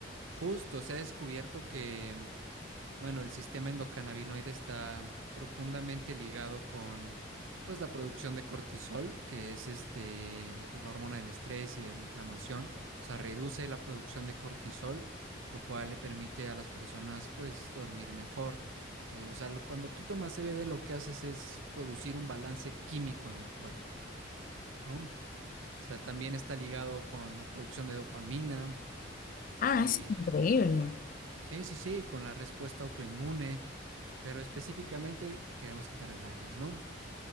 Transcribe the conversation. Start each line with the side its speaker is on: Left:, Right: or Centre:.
Right: justo se ha descubierto que Bueno, el sistema endocannabinoide está profundamente ligado con pues la producción de cortisol, que es este pues la hormona del estrés y de la inflamación, o sea, reduce la producción de cortisol, lo cual le permite a las personas pues dormir mejor. Eh, o sea, lo- cuando tú tomas CBD lo que haces es producir un balance químico en el cuerpo, ¿no? O sea, también está ligado con la producción de dopamina,
Left: Ah,
Right: eh,
Left: eso es increíble.
Right: Sí, sí, sí, con la respuesta autoinmune, pero específicamente queremos que te relajes, ¿no?